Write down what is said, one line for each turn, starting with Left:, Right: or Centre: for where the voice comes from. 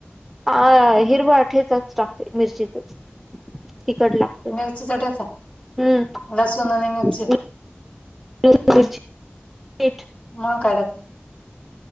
Centre: आ हा
Left: हं
Centre: हिरवा ठेचाच टाकते मिरचीचाच. तिखट लागत.
Left: मिरचीचा ठेचा
Centre: हम्म
Left: लसूण आणि मिरची
Centre: <inaudible> पीठ.
Left: मग काय टाकते.